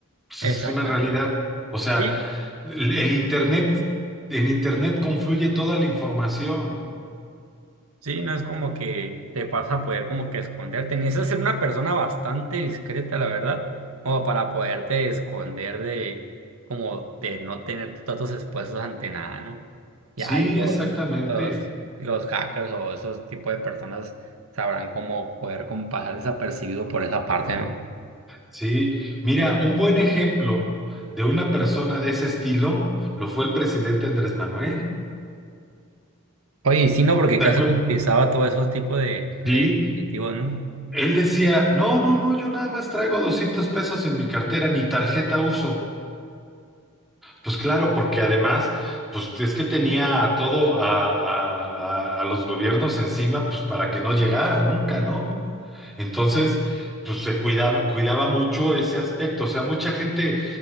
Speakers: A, in the centre; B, on the right (about 75°).
A: Pues
B: Exactamente.
A: es una realidad. O sea,
B: Sí,
A: el el Internet, en Internet confluye toda la información.
B: Sí, no es como que te vas a poder como que esconderte. Necesitas ser una persona bastante discreta, la verdad, como para poderte esconder de, como de no tener tus datos expuestos ante nada, ¿no? Ya
A: Sí,
B: ahí los,
A: exactamente.
B: los, los hackers o esos tipos de personas sabrán cómo poder como pasar desapercibido por esa parte, ¿no?
A: Sí. Mira, un buen ejemplo de una persona de ese estilo lo fue el presidente Andrés Manuel.
B: Oye, y sí, no, porque
A: ¿Te
B: casi
A: acuer-
B: no utilizaba todos esos tipos de,
A: Sí.
B: de dispositivos, ¿no?
A: Él decía, no, no, no, yo nada más traigo 200 pesos en mi cartera, ni tarjeta uso. Pues claro, porque además, pues es que tenía a todo a, a- a- a los gobiernos encima, pues para que no llegara nunca, ¿no? Entonces, pues se cuidaba, cuidaba mucho ese aspecto. O sea, mucha gente